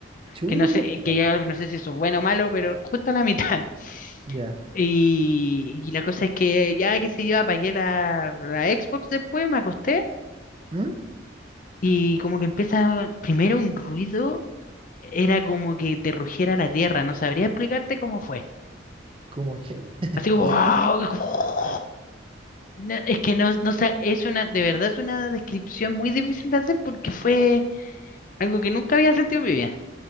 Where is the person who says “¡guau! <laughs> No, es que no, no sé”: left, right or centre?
Left